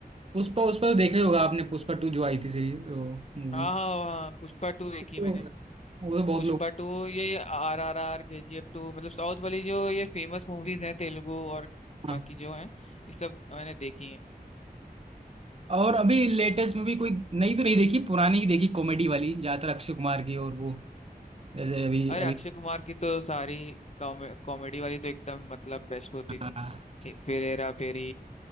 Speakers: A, on the right (about 40°); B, on the left (about 45°).
A: पुष्पा उस पर देखा ही होगा आपने पुष्पा टू जो आई थी सीरीज वो मूवी
B: हाँ हाँ हाँ पुष्पा टू देखी
A: वो
B: मैंने
A: movie। वो तो बहुत
B: पुष्पा
A: लोग
B: टू ये आर आर आर के जी एफ टू मतलब साउथ वाली जो ये फेमस मूवीज हैं तेलुगु और
A: हाँ।
B: बाकी जो हैं ये सब मैंने देखी हैं
A: और अभी लेटेस्ट मूवी कोई नई तो नहीं देखी पुरानी ही देखी कॉमेडी वाली ज्यादातर अक्षय कुमार की और वो जैसे अभी
B: अरे
A: अभी
B: अक्षय कुमार की तो सारी कॉमेडी वाली तो एकदम मतलब बेस्ट होती थी
A: हाँ,
B: फिर हेरा फेरी